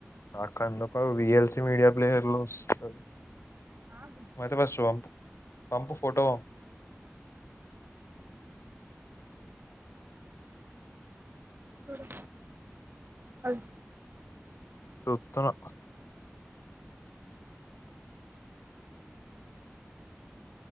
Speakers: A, on the left; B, on the right.
A: నాకందాది V L C video player లో వస్తది.
B: ఆగు
A: నువ్వు అయితే ఫస్ట్ పంపు. పంపు ఫోటో పంపు.
B: చూడు ఓయ్.
A: చుస్తున్న.